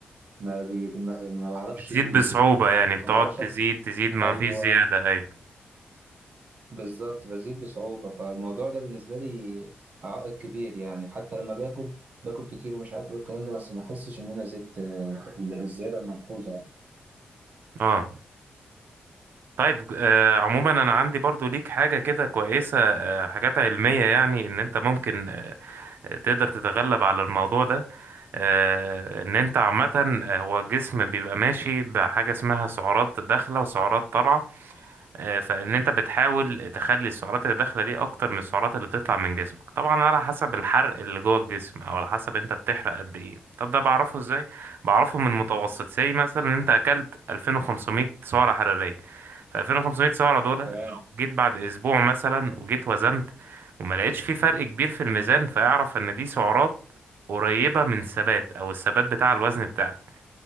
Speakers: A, on the right (about 45°); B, on the right (about 70°).
A: ما, بي... ما ما بعرفش
B: بتزيد بصعوبة يعني بتقعد
A: ما بعرفش
B: تزيد
A: اكسب
B: تزيد ما
A: ايوه
B: فيش زيادة ايوه
A: بالظبط بزيد بصعوبة فالموضوع ده بالنسبة لي عائق كبير يعني حتى لما باكل باكل كتير ومش عارف ايه الكلام ده بس ما احسش ان انا زدت آه، الزيادة الملحوظة
B: اه طيب آه، عموما انا عندي برضو ليك حاجة كده كويسة آه، حاجات علمية يعني ان انت ممكن آه، تقدر تتغلب على الموضوع ده آه، ان انت عامة آه، هو الجسم بيبقى ماشي بحاجة اسمها سعرات داخلة وسعرات طالعة آه، فان انت بتحاول تخلي السعرات اللي داخلة دي اكتر من السعرات اللي بتطلع من جسمك طبعا على حسب الحرق اللي جوه الجسم او على حسب انت بتحرق قد ايه طب ده بعرفه ازاي بعرفه من متوسط زي مثلا ان انت اكلت 2500 سعرة حرارية ف 2500 سعرة دول لو
A: تمام
B: جيت بعد اسبوع مثلا وجيت وزنت وما لقيتش في فرق كبير في الميزان فاعرف ان دي سعرات قريبة من الثبات او الثبات بتاع الوزن بتاعك